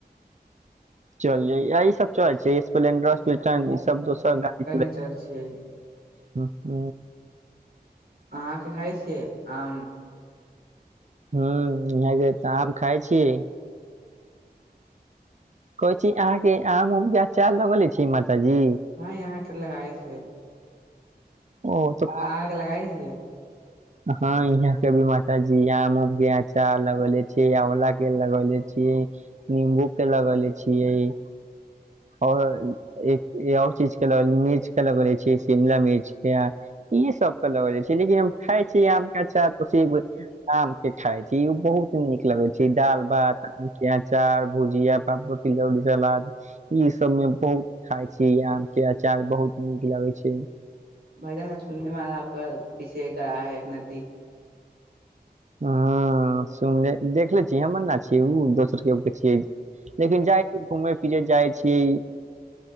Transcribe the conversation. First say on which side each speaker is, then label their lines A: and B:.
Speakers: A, on the right; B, on the right.
A: चल ई सब चल छै स्पलेंडर दोसर गाड़ी
B: जाय छिय
A: ह ह
B: आहाँके खाय छियै आम
A: हू इह तऽ आम खाय छी कहै छी अहाँ के आम उमके चाल लगले छी माताजी
B: हँ यहाँ के लगाय छि
A: ओ तऽ
B: अहाँ के लगए छि
A: हँ यहाँ के भी मात जी आमके आचा लगौले छीयै आला के लगौले छीयै नंबू के लगले छिय आओर एआओर चीज के ल मिर्च क लगोले छी शिमला मिर्च के ई सब त लगल छै लेकिन हम खाय छी आम के आचार त आम के खाय छी ओ बहुत नीक लगे छै दाल भात आम के चार भुजिया पापर तिलउरी सलाद इ सब में बहुत खाय छी आम के अचार बहुत नीक लगै छै
B: भाइजान सुनने मे आ आपक पीछे एक ग्रा है एक नदी
A: ह सुनले देखले छीय हमर गछि हय ओ दोसर के छिय लेकिन जाइ छी घूमै फिरे जाइ छियै